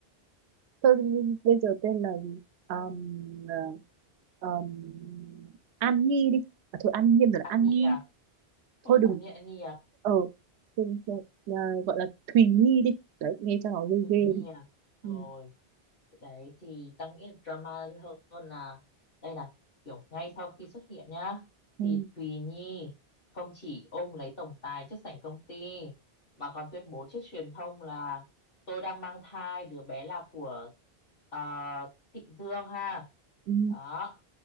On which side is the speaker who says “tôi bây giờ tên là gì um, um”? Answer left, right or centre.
Right